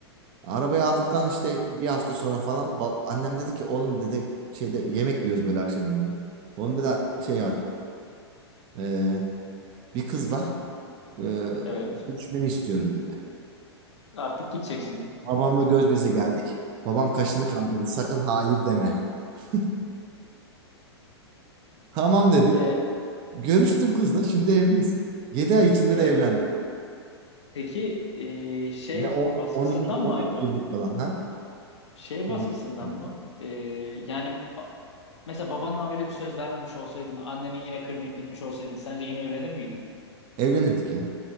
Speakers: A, on the right; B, on the left.
A: Arabayı aldıktan işte bir hafta sonra falan ba- annem dedi ki oğlum dedi şeyde yemek yiyoruz böyle akşam yemeği. Onun bir de şey var. Ee, bir kız
B: <clears throat>
A: var. Ee,
B: Evet.
A: görüşmeni istiyorum dedi.
B: Artık gideceksin.
A: Babamla göz göze geldik. Babam kaşını kaldırdı. Sakın hayır deme. <laughs> Tamam dedik.
B: E,
A: Görüştüm kızla. Şimdi evliyiz. 7 ay içinde
B: e,
A: de evlendik.
B: peki e, şey
A: Ve 10,
B: baskısından
A: 12,
B: mı
A: 13
B: abi?
A: yıllık falan ha?
B: Şey
A: 12
B: baskısından
A: yıllık.
B: mı? E, yani a- mesela babana öyle bir söz vermemiş olsaydın, anneni yine kırmayıp gitmiş olsaydın, sence yine evlenir miydin?
A: Evlenirdik ya.